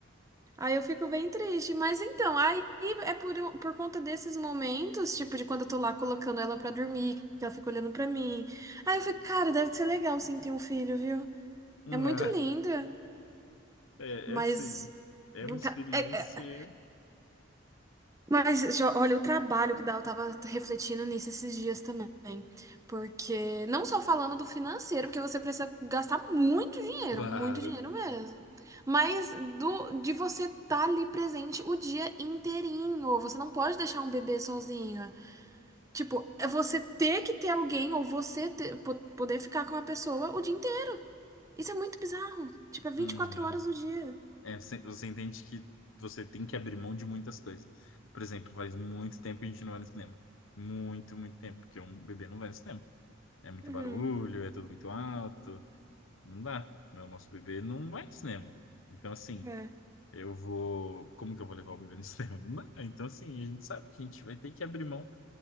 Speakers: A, on the right; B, on the left.
A: Aí eu fico bem triste, mas então, aí é por, um- por conta desses momentos, tipo, de quando eu tô lá colocando ela pra dormir, que ela fica olhando pra mim. Aí eu fico, cara, deve ser legal sim ter um filho, viu?
B: né?
A: É muito linda,
B: <laughs> É,
A: mas.
B: é assim, é
A: não
B: uma experiência,
A: tá- É, Mas, jo- olha, o trabalho que dá, eu tava refletindo nisso esses dias também. Porque, não só falando do financeiro, porque você precisa gastar muito dinheiro,
B: claro.
A: muito dinheiro mesmo. Mas do, de você estar ali presente o dia inteirinho. Você não pode deixar um bebê sozinho. Tipo, é você ter que ter alguém ou você ter- po- poder ficar com uma pessoa o dia inteiro. Isso é muito bizarro. Tipo, é vinte
B: Hum,
A: e quatro horas do dia.
B: é, você, você entende que você tem que abrir mão de muitas coisas. Por exemplo, faz muito tempo que a gente não vai no cinema. Muito, muito tempo, porque um bebê não vai no cinema. É muito
A: Uhum.
B: barulho, é tudo muito alto. Não dá, né? O nosso bebê não vai no cinema. Então, assim,
A: É,
B: eu vou. Como que eu vou levar o bebê no <laughs> cinema? Não dá. Então, assim, a gente sabe que a gente vai ter que abrir mão